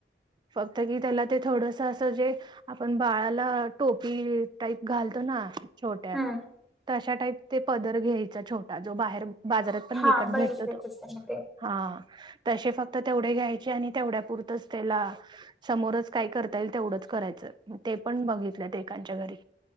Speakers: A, on the right (about 25°); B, in the centre.
A: फक्त की तेला ते थोडसं, असं जे आपण बाळाला टोपी टाईप घालतो ना, छोट्या.
B: हम्म
A: तशा टाईप ते, पदर घ्यायचा छोटा. जो बाहेर बाजारात पण
B: हा
A: विकत
B: बघितले
A: भेटतो तो.
B: तसं मी ते
A: हां. तशे फक्त तेवढे घ्यायचे. आणि तेवढ्या पुुरतच तेला समोरच काय करता येईल, तेवढंच करायचं. ते पण बघितलं ते एकांच्या घरी.